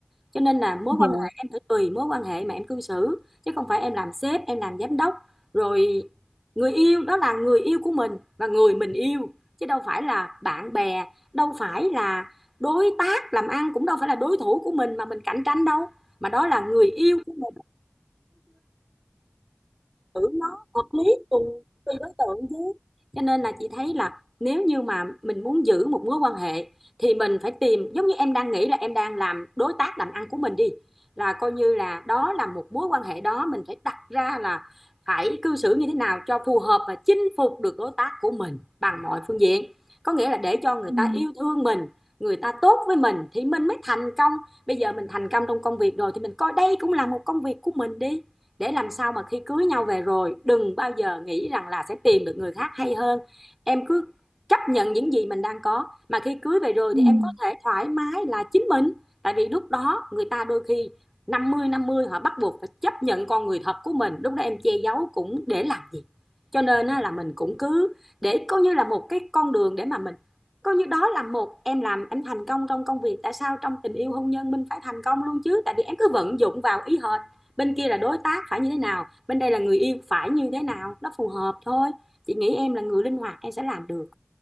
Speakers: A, in the centre; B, on the right.
A: cho nên là mối
B: Dạ.
A: quan hệ em phải tùy mối quan hệ mà em cư xử chứ không phải em làm sếp em làm giám đốc rồi người yêu đó là người yêu của mình và người mình yêu chứ đâu phải là bạn bè đâu phải là đối tác làm ăn cũng đâu phải là đối thủ của mình mà mình cạnh tranh đâu mà đó là người yêu của mình xử nó hợp lý cùng tùy đối tượng chứ cho nên là chị thấy là nếu như mà mình muốn giữ một mối quan hệ thì mình phải tìm giống như em đang nghĩ là em đang làm đối tác làm ăn của mình đi là coi như là đó là một mối quan hệ đó mình phải đặt ra là phải cư xử như thế nào cho phù hợp và chinh phục được đối tác của mình bằng mọi phương diện có nghĩa là để cho người
B: Ừm,
A: ta yêu thương mình người ta tốt với mình thì mình mới thành công bây giờ mình thành công trong công việc rồi thì mình coi đây cũng là một công việc của mình đi để làm sao mà khi cưới nhau về rồi đừng bao giờ nghĩ rằng là sẽ tìm được người khác hay hơn em cứ chấp nhận những gì mình đang có mà khi cưới về rồi
B: ừm,
A: thì em có thể thoải mái là chính mình tại vì lúc đó người ta đôi khi năm mươi năm mươi họ bắt buộc phải chấp nhận con người thật của mình lúc đó em che giấu cũng để làm gì cho nên là mình cũng cứ để coi như là một cái con đường để mà mình coi như đó là một em làm em thành công trong công việc tại sao trong tình yêu hôn nhân mình phải thành công luôn chứ tại vì em cứ vận dụng vào ý hệt bên kia là đối tác phải như thế nào bên đây là người yêu phải như thế nào nó phù hợp thôi chị nghĩ em là người linh hoạt em sẽ làm được